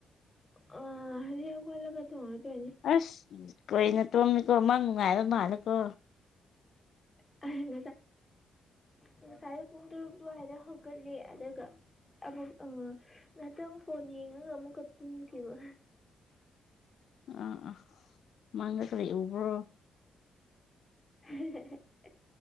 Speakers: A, on the left; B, on the left.
A: ꯑ ꯍꯧꯖꯤꯛ ꯍꯧꯒꯠꯂꯒ ꯊꯣꯡꯉꯗꯣꯢꯅꯤ
B: ꯑꯁ ꯀꯣꯏꯅ ꯇꯣꯝꯃꯤꯀꯣ ꯃꯪ ꯅꯨꯡꯉꯥꯏꯕ ꯃꯥꯜꯂꯦꯀꯣ
A: <unintelligible> ꯉꯁꯥꯏ ꯄꯨꯡ ꯇꯔꯨꯛ ꯑꯗꯨꯋꯥꯏꯗ ꯍꯧꯒꯠꯂꯦ ꯑꯗꯨꯒ ꯑꯃꯨꯛ ꯑ ꯉꯍꯥꯛꯇꯪꯨ ꯐꯣꯟ ꯌꯦꯡꯉꯒ ꯑꯃꯨꯛꯀ ꯇꯨꯝꯈꯤꯕ
B: ꯑ ꯑꯥ ꯃꯪ ꯗ ꯀꯔꯤ ꯎꯕ꯭ꯔꯣ
A: <inaudible>